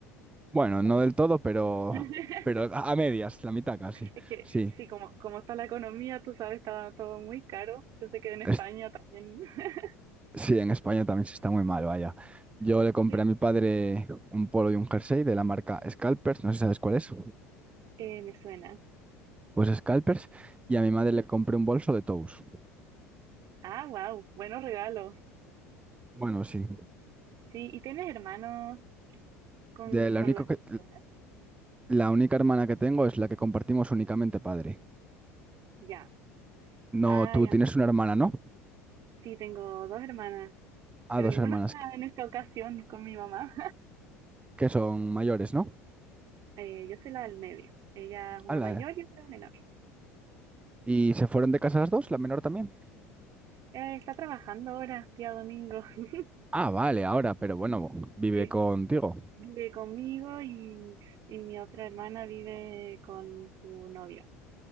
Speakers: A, on the right; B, on the right.
A: Bueno, no del todo, pero,
B: <laughs>
A: pero a a medias, la mitad casi.
B: Es que,
A: Sí,
B: sí, como, como está la economía, tú sabes, está todo muy caro. Yo sé que en España
A: Es-
B: también. <laughs>
A: sí, en España también se está muy mal, vaya. Yo le compré
B: Sí,
A: a mi padre un polo y un jersey de la marca Scalpers, no sé si sabes cuál es.
B: eh, me suena.
A: Pues Scalpers, y a mi
B: Ujú.
A: madre le compré un bolso de Tous.
B: Ah, wow, buenos regalos.
A: Bueno, sí.
B: Sí, ¿y tienes hermanos con,
A: De
B: con
A: la único
B: los que
A: que,
B: celebras?
A: la única hermana que tengo es la que compartimos únicamente padre.
B: Ya.
A: No,
B: Ah,
A: tú
B: ya,
A: tienes
B: entonces
A: una hermana, ¿no?
B: sí, tengo dos hermanas,
A: Ah,
B: pero
A: dos
B: ninguna
A: hermanas
B: está
A: que
B: en esta ocasión con mi mamá.
A: que son mayores, ¿no?
B: Eh, yo soy la del medio. Ella es una
A: Ala,
B: mayor
A: eh.
B: y otra es menor.
A: ¿y se fueron de casa las dos, la menor también?
B: Eh, está trabajando ahora, día domingo. <laughs>
A: Ah, vale, ahora, pero bueno, vive
B: Sí,
A: contigo.
B: vive conmigo y, y mi otra hermana vive con su novio.